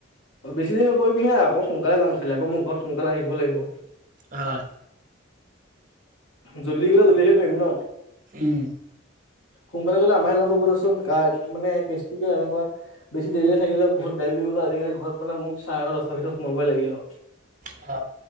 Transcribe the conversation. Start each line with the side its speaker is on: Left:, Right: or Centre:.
Left: বেছি দেৰি কৰিব নোৱাৰা হা আকৌ সোনকালে যাম এফালে আকৌ মোৰ ঘৰত সোনকালে আহিব লাগিব
Right: আহ
Left: জল্দি গলে জল্ডি আহিব পাৰিম ন
Right: উম,
Left: সোনকালে গ'লে আমাৰ লাভ হ'ব দেছোন চোন মানে কেছটো কিয় এনেকুৱা বেছি দেৰিলৈকে থাকিলে ঘৰত গালি দিব যে আজিকালি ঘৰত মানে মোক চাৰে নটা দহটা ভিতৰত সোমাবই লাগে আৰু
Right: অ